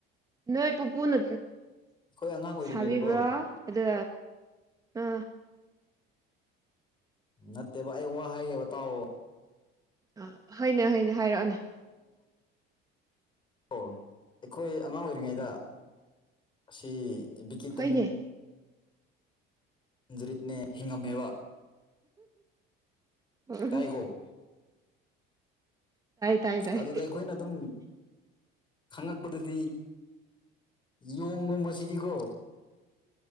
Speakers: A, on the right (about 15°); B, on the left (about 25°).
A: ꯅꯣꯏ ꯄꯨꯄꯨꯅ
B: ꯑꯉꯥꯡ ꯑꯣꯏꯔꯤꯉꯩꯗꯀꯣ
A: ꯁꯥꯕꯤꯕ꯭ꯔꯥ ꯑꯗ ꯑ
B: ꯅꯠꯇꯦꯕ ꯑꯩ ꯋꯥ ꯍꯥꯏꯌꯦꯕ ꯇꯑꯣ
A: ꯑ ꯍꯥꯏꯅꯦ ꯍꯥꯏꯅꯦ ꯍꯥꯏꯔꯛꯑꯅꯤ
B: ꯑꯣ ꯑꯩꯈꯣꯏ ꯑꯉꯥꯡ ꯑꯣꯏꯔꯤꯉꯩꯗ ꯑꯁꯤ ꯕꯤꯀꯦꯇꯟ
A: ꯍꯣꯏꯅꯦ
B: ꯖꯔꯤꯠꯅꯦ ꯍꯤꯉꯃꯕ
A: ꯑ
B: ꯇꯥꯏꯀꯣ
A: ꯇꯥꯏ ꯇꯥꯏ
B: ꯑꯗꯨꯗ ꯑꯩꯈꯣꯏꯅ ꯑꯗꯨꯝ ꯈꯪꯉꯛꯄꯗꯗꯤ ꯌꯣꯡꯒꯨꯝꯕꯁꯤꯗꯤꯀꯣ